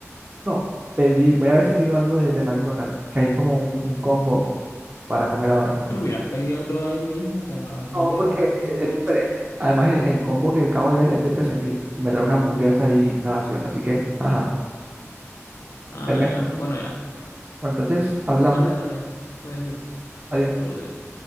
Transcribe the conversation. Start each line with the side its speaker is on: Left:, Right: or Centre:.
Right: no. Pedí, voy a ver si pido algo de, de McDonald's, que hay como un un combo para comer ahora.
Left: Pero hubieras pedido todo ahí mismo, pero tú
Right: No,
Left: eres
Right: porque
Left: un
Right: es,
Left: bot.
Right: es diferente. Además, el, el combo que acabo de ver es de 13.000 y me trae una hamburguesa y una gaseosa, así que, ajá,
Left: Ah,
Right: es mejor.
Left: ya, bueno, ya,
Right: Bueno, entonces, hablamos.
Left: dale, dale, puedes ir,
Right: Adiós.
Left: todo bien.